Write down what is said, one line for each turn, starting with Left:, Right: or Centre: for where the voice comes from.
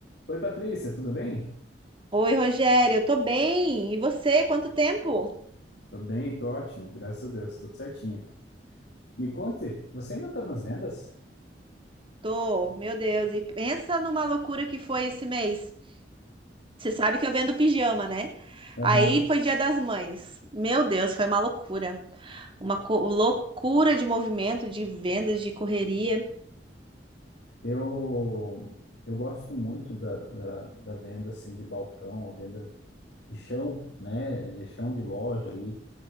Left: Oi, Patrícia, tudo bem?
Right: Oi, Rogério, eu tô bem. E você, quanto tempo?
Left: Tô bem, tô ótimo, graças a Deus, tudo certinho. Me conte, você ainda tá nas vendas?
Right: Tô, meu Deus, e pensa numa loucura que foi esse mês. Você sabe que eu vendo pijama, né?
Left: Aham.
Right: Aí foi Dia das Mães. Meu Deus, foi uma loucura. Uma co- loucura de movimento, de vendas, de correria.
Left: Eu, eu gosto muito da, da, da venda assim de balcão, a venda de chão, né? De chão de loja ali.